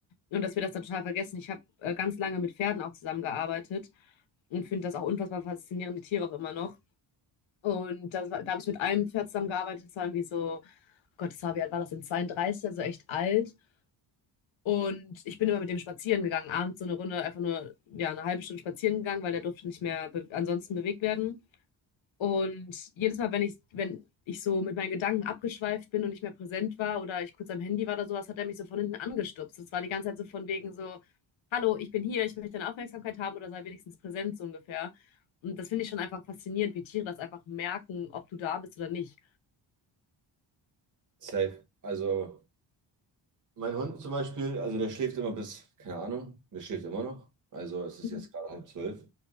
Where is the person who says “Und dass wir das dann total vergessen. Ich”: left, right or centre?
Left